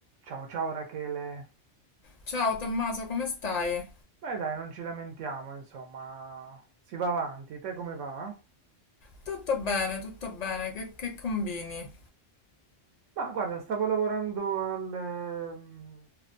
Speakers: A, on the right; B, on the left.
A: Ciao ciao Rachele.
B: Ciao Tommaso, come stai?
A: Beh dai, non ci lamentiamo, insomma, si va avanti. Te come va?
B: Tutto bene, tutto bene, che, che combini?
A: Ma guarda, stavo lavorando al, ehm,